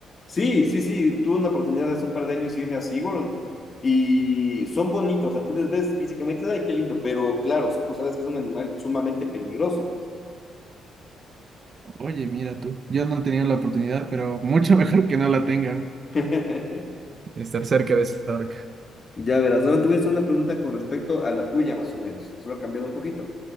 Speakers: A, on the left (about 35°); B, on the right (about 45°).
A: Sí, sí, sí, tuve una oportunidad hace un par de años y irme a SeaWorld y son bonitos, o sea, tú les ves físicamente, ay, qué lindo, pero claro, o sea, tú sabes que es un animal sumamente peligroso, pues.
B: Oye, mira tú, yo no he tenido la oportunidad, pero mucho <laughs> mejor que no la tenga.
A: <laughs>
B: Estar cerca de esa orca.
A: Ya verás, ahora te voy a hacer una pregunta con respecto a la tuya, más o menos, solo cambiando un poquito.